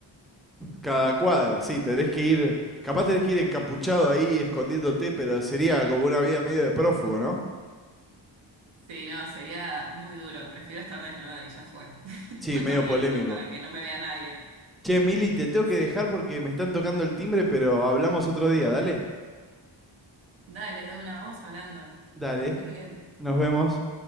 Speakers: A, in the centre; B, on the right (about 85°).
A: Cada cuadra, sí, tenés que ir, capaz tenés que ir encapuchado ahí escondiéndote, pero sería como una vida medio de prófugo, ¿no?
B: Sí, no, sería muy duro. Prefiero estar desnuda y ya fue. <laughs> Voy
A: Sí, medio
B: corriendo
A: polémico.
B: para que no me vea nadie.
A: Che, Mili, te tengo
B: Sí.
A: que dejar porque me están tocando el timbre, pero hablamos otro día, dale.
B: Dale, de una, vamos hablando.
A: Dale,
B: Que esté bien.
A: nos vemos.